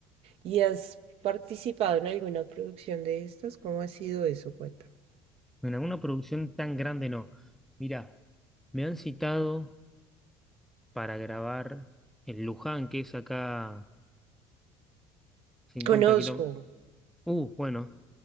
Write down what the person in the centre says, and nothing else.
Bueno, En alguna producción tan grande no. Mira, me han citado para grabar en Luján, que es acá 50
kilómetros. Uh, bueno,